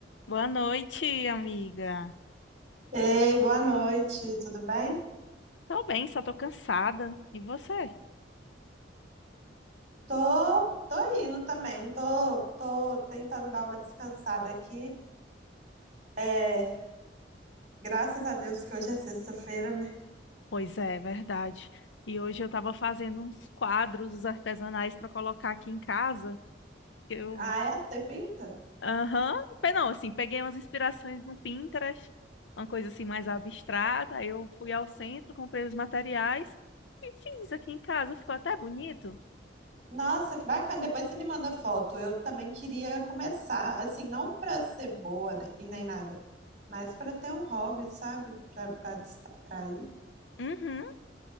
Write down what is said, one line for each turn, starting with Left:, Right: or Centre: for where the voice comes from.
Left: Boa noite, amiga.
Right: Ei, boa noite, tudo bem?
Left: Tô bem, só tô cansada. E você?
Right: Tô, tô indo também, tô, tô tentando dar uma descansada aqui. É, graças a Deus que hoje é sexta-feira, né?
Left: Pois é, verdade. E hoje eu tava fazendo uns quadros artesanais pra colocar aqui em casa. que Eu,
Right: Ah, é? Você pinta?
Left: aham, Pe- não, assim, peguei umas inspirações no Pinterest, uma coisa assim mais abstrata. Aí Eu fui ao centro, comprei os materiais e fiz aqui em casa. Ficou até bonito.
Right: Nossa, que bacana. Depois você me manda foto. Eu também queria começar, assim, não pra ser boa né, e nem nada, mas pra ter um hobby, sabe? Pra, pra distrair.
Left: Uhum.